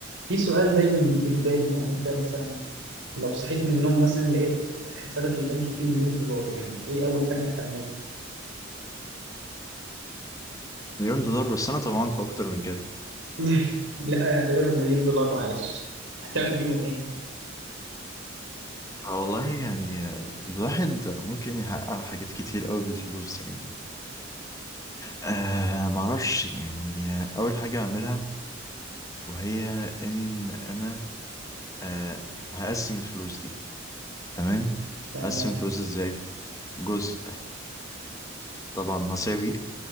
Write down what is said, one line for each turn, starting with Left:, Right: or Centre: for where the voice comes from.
Right: في سؤال دايما بيجي في بالي يعني انت مثلا لو صحيت من النوم مثلا لقيت حسابك البنكي فيه مليون دولار يعني ايه اول حاجة هتعملها؟
Left: مليون دولار بس انا طبعا في اكتر من كده
Right: <laughs> لا اعتبرهم مليون دولار معلش هتعمل بيهم ايه؟
Left: آه والله يعني الواحد ممكن يحقق حاجات كتير قوي بالفلوس يعني آه معرفش يعني آه، اول حاجة اعملها وهي ان انا آه هقسم الفلوس دي تمام
Right: تمام
Left: اقسم الفلوس ازاي جزء طبعا هصيع بيه